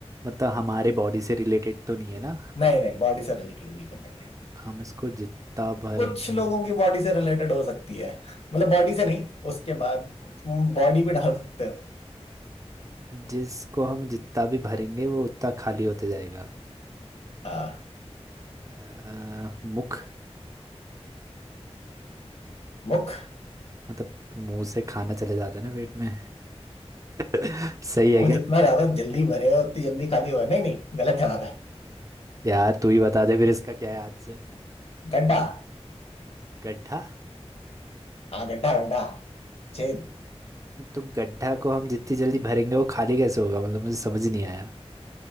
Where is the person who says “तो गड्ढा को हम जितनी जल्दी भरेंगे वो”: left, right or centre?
Right